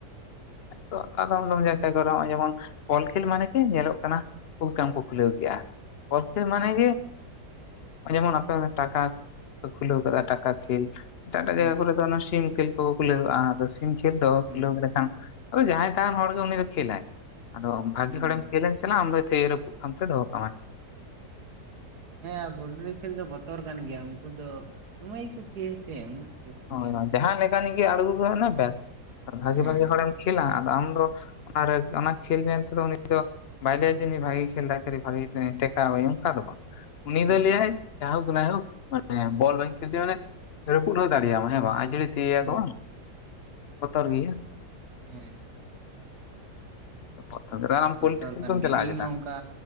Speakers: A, on the left; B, on the right.
A: <unintelligible> ᱡᱮᱢᱚᱱ ᱵᱚᱞ ᱠᱷᱮᱞ ᱢᱟᱱᱮ ᱜᱮ ᱧᱮᱞᱚᱜ ᱠᱟᱱᱟ ᱠᱩ ᱠᱟᱢ ᱠᱚ ᱠᱷᱩᱞᱟᱹᱣ ᱠᱮᱼᱟ ᱵᱚᱞ ᱠᱷᱮᱞ ᱢᱟᱱᱮ ᱜᱮ ᱡᱮᱢᱚᱱ ᱟᱯᱮ ᱴᱟᱠᱟ ᱠᱷᱩᱞᱟᱹᱣ ᱠᱟᱜᱼᱟ ᱴᱟᱠᱟ ᱠᱷᱮᱞ ᱮᱴᱟᱜ ᱮᱴᱟᱜ
B: ᱦᱩᱸ
A: ᱡᱟᱭᱜᱟ ᱠᱚᱨᱮ ᱫᱚ ᱚᱱᱟ ᱥᱤᱢ ᱠᱷᱮᱞ ᱠᱚᱠᱚ ᱠᱷᱩᱞᱟᱹᱣᱼᱟ ᱫᱚ ᱥᱤᱢ ᱠᱷᱮᱞ ᱫᱚ
B: ᱦᱩᱸ
A: ᱠᱷᱩᱞᱟᱹᱣ ᱞᱮᱠᱷᱟᱱ ᱟᱫᱚ ᱡᱟᱦᱟᱸᱭ ᱛᱟᱦᱟ ᱦᱚᱲ ᱜᱮ ᱩᱱᱤ ᱫᱚ ᱠᱷᱮᱞᱟᱭ ᱟᱫᱚ ᱵᱷᱟᱜᱤ
B: ᱦᱩᱸ
A: ᱦᱚᱲᱮᱢ ᱠᱷᱮᱹᱞᱮᱢ ᱪᱟᱞᱟᱜ ᱟᱢ ᱫᱚᱭ ᱛᱷᱤᱭᱟᱹ ᱨᱟᱹᱯᱩᱫ ᱠᱟᱢ ᱛᱮ ᱫᱚᱦᱚ ᱠᱟᱢᱟᱭ
B: ᱦᱮᱸ ᱯᱚᱞᱴᱨᱤ ᱠᱷᱮᱞ ᱫᱚ ᱵᱚᱛᱚᱨ ᱠᱟᱱ ᱜᱮᱭᱟ ᱩᱱᱠᱩ ᱫᱚ ᱫᱚᱢᱮ ᱜᱮᱠᱚ ᱛᱷᱤᱭᱟᱹ ᱭᱟᱥᱮ ᱩᱱᱟᱹᱜ ᱵᱟᱠᱚ
A: ᱦᱳᱭ
B: ᱤᱭᱟᱹ
A: ᱦᱳᱭ ᱡᱟᱦᱟᱸ ᱞᱮᱠᱟᱱᱤᱡ ᱜᱮ ᱟᱬᱜᱳ ᱜᱚᱜ ᱱᱟᱭ ᱵᱮᱥ ᱵᱷᱟᱜᱤ
B: ᱦᱮᱸ
A: ᱵᱷᱟᱜᱤ ᱦᱚᱲᱮᱢ ᱠᱷᱮᱞᱟ ᱟᱫᱚ ᱟᱢᱫᱚ ᱚᱱᱟᱨᱮ ᱚᱱᱟ ᱠᱷᱮᱞ ᱧᱮᱞ ᱛᱮᱫᱚ ᱩᱱᱤ ᱫᱚ ᱵᱟᱭ ᱞᱟᱹᱭᱟ ᱡᱮ ᱱᱩᱭ ᱵᱷᱟᱜᱮ ᱠᱷᱮᱞ ᱫᱟᱭ ᱵᱷᱟᱜᱮ ᱡᱩᱛ ᱤᱧ ᱴᱮᱠᱟᱣ ᱮᱭᱟ, ᱚᱱᱠᱟ ᱫᱚ ᱵᱟᱝ ᱩᱱᱤ
B: ᱦᱮᱸ
A: ᱫᱚ ᱞᱟᱹᱭᱟᱭ ᱡᱟᱭ ᱦᱳᱠ ᱱᱟᱭ ᱦᱳᱠ ᱢᱟᱱᱮ ᱵᱚᱞ ᱵᱟᱹᱧ ᱠᱷᱮᱞ ᱦᱚᱪᱚᱣᱟᱭᱟ ᱢᱟᱱᱮ ᱨᱟᱹᱯᱩᱫ ᱫᱟᱲᱮᱭᱟᱢᱟ ᱦᱮᱸ ᱵᱟᱝ ᱟᱡᱷᱩᱲᱟᱹ ᱛᱷᱤᱭᱟ ᱭᱟᱠᱚ
B: ᱦᱩᱸ
A: ᱵᱟᱝ ᱵᱚᱛᱚᱨ ᱜᱮᱭᱟ
B: ᱦᱮᱸ
A: <unintelligible>
B: ᱵᱚᱛᱚᱨ
A: ᱠᱷᱮᱞ
B: ᱠᱟᱱ
A: ᱠᱚᱢ
B: ᱜᱮ
A: ᱪᱟᱞᱟᱜᱼᱟ
B: ᱤᱧ
A: ᱪᱮᱛᱟ
B: ᱦᱚᱸ ᱚᱱᱠᱟ